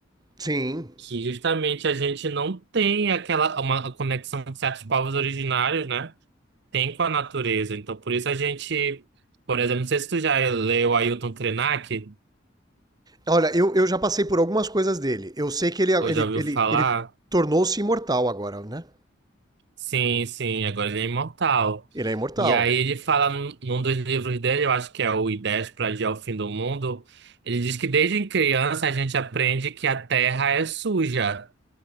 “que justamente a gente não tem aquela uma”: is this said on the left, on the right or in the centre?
Right